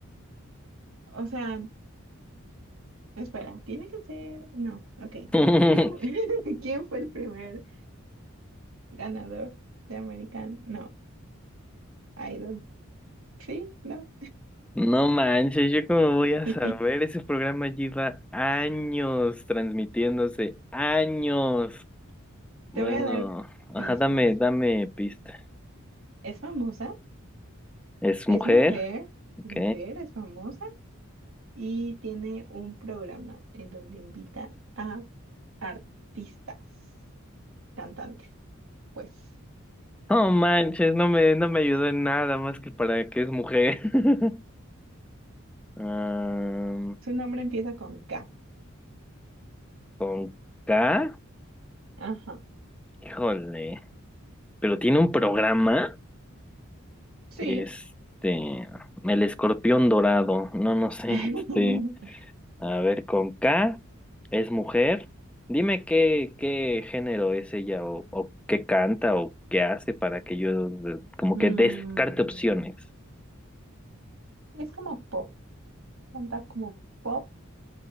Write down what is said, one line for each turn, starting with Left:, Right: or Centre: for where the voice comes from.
Right: O sea, espera, tiene que ser. No, ok.
Centre: <laughs>
Right: ¿Quién, fu- <laughs> ¿Quién fue el primer ganador de American? No, Idol. Sí, no.
Centre: No manches, yo cómo voy
Right: <laughs>
Centre: a saber,
Right: Te
Centre: ese programa lleva años transmitiéndose, años. Bueno,
Right: voy a dar
Centre: ajá,
Right: pistas.
Centre: dame, dame pista.
Right: Es famosa,
Centre: Es
Right: es
Centre: mujer,
Right: mujer,
Centre: ok.
Right: es mujer, es famosa y tiene un programa en donde invita a artistas, cantantes. Pues
Centre: No manches, no me, no me ayudó en nada más que para que es mujer. <laughs> Ah,
Right: su nombre empieza con K.
Centre: con K,
Right: Ajá.
Centre: híjole, pero tiene un programa.
Right: Sí.
Centre: Este, el escorpión dorado, no, no sé,
Right: <laughs>
Centre: <laughs> este, a ver, con K, es mujer. Dime qué, qué género es ella o, o qué canta o qué hace para que yo eh, como
Right: Mm,
Centre: que descarte opciones.
Right: Es como pop, canta como pop.